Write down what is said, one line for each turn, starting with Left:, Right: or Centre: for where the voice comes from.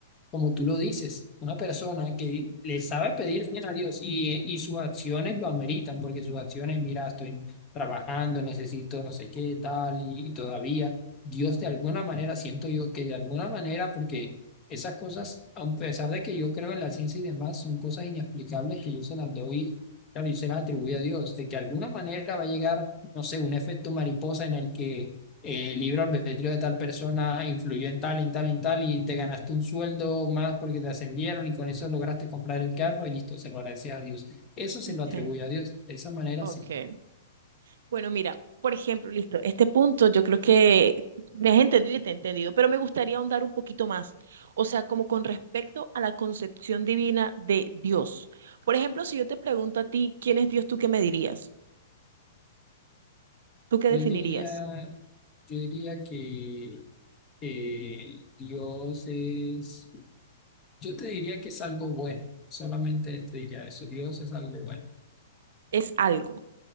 Left: como tú lo dices, una persona que le sabe pedir bien a Dios y, y sus acciones lo ameritan, porque sus acciones, mira, estoy trabajando, necesito no sé qué, tal, y, y todavía Dios de alguna manera, siento yo que de alguna manera, porque esas cosas, a pesar de que yo creo en la ciencia y demás, son cosas inexplicables que yo se las doy, claro, yo se las atribuyo a Dios, de que de alguna manera va a llegar, no sé, un efecto mariposa en el que eh, libre albedrío de tal persona influyó en tal, en tal, en tal, y te ganaste un sueldo más porque te ascendieron y con eso lograste comprar el carro y listo, se lo agradeces a Dios. Eso se
Right: ok,
Left: lo atribuye a Dios. De esa manera,
Right: ok.
Left: sí.
Right: Bueno, mira, por ejemplo, listo, este punto yo creo que me has entendido y te he entendido, pero me gustaría ahondar un poquito más, o sea, como con respecto a la concepción divina de Dios. Por ejemplo, si yo te pregunto a ti, ¿quién es Dios? ¿Tú qué me dirías? ¿Tú qué
Left: Yo
Right: definirías?
Left: diría, yo diría que eh, Dios es, yo te diría que es algo bueno. Solamente te diría eso, Dios es algo bueno.
Right: Es algo.